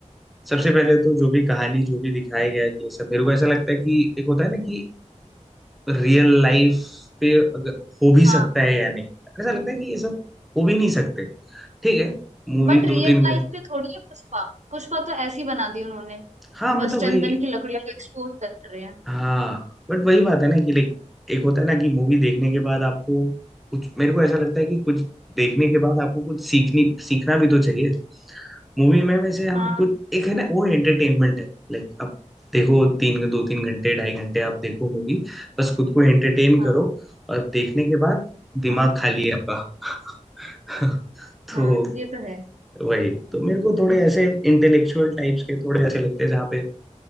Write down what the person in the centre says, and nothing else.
सबसे पहले तो जो भी कहानी जो भी दिखाया गया है कि सब मेरे को ऐसा लगता है कि एक होता है ना कि रियल लाइफ पे अगर हो भी सकता
है या नहीं ऐसा लगता है कि ये सब हो भी नहीं सकते ठीक है मूवी
दो तीन
घंटे
हाँ
मतलब
वही
हाँ बट वही बात है ना कि लाइक एक होता है ना कि मूवी देखने के बाद आपको कुछ मेरे को ऐसा लगता है कि कुछ देखने के बाद आपको कुछ सीखनी सीखना भी तो चाहिए मूवी में वैसे हम
कुछ एक है ना वो एंटरटेनमेंट है लाइक अब देखो तीन दो तीन घंटे ढाई घंटे आप देखो मूवी बस खुद को एंटरटेन
करो और देखने के बाद दिमाग
खाली है आपका <laughs> तो
वही तो मेरे को थोड़े
ऐसे इंटेलेक्चुअल टाइप्स के थोड़े ऐसे लगते हैं जहाँ पे